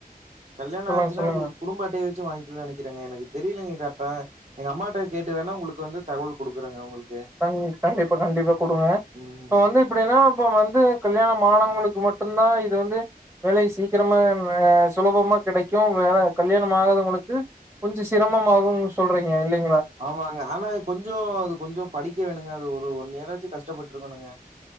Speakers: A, on the right; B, on the right.
A: கல்யாணம்
B: சொல்லுங்க
A: ஆச்சுன்னா
B: சொல்லுங்க
A: அது குடும்ப அட்டைய வச்சு வாங்கிலான் நெனைக்கிறேங்க எனக்கு தெரியலங்க கரெக்டா எங்க அம்மாட்ட கேட்டு வேணா உங்களுக்கு வந்து தகவல் குடுக்குறேங்க உங்களுக்
B: கண்டிப்பா கண்டிப்பா கண்டிப்பா குடுங்க
A: ம்
B: இப்ப வந்து இப்படின்னா இப்ப வந்து கல்யாணம் ஆணவங்களுக்கு மட்டும் தா இது வந்து வேலை சீக்கிரமா ஆ சுலபமா கிடைக்கு வேலை கல்யாணம் ஆகாதவங்களுக்கு கொஞ்சு சிரமமாகுனு சொல்றீங்க இல்லீங்
A: ஆமாங்க ஆனா கொஞ்சு அது கொஞ்சு படிக்க வேணுங்க அது ஒரு ஒன்னு இயராச்சு கஷ்டப்பட்டுருக்கணுங்க